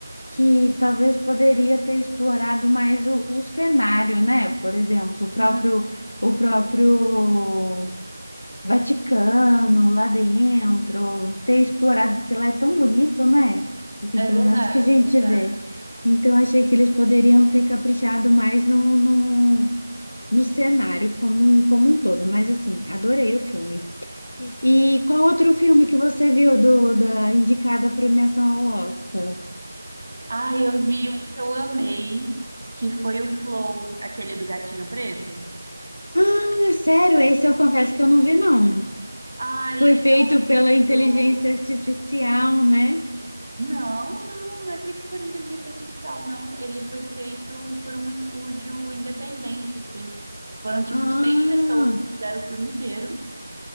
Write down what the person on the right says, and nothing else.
Hum,
é
verdade,
é verdade.
Ah, eu vi um que eu amei, que foi o Flow, aquele do gatinho preto.
Ai,
é
tão lindo!
Não, não, não é feito por inteligência artificial, não. Ele foi feito por um estúdio independente, assim. Foram, tipo,
seis pessoas que fizeram o filme inteiro,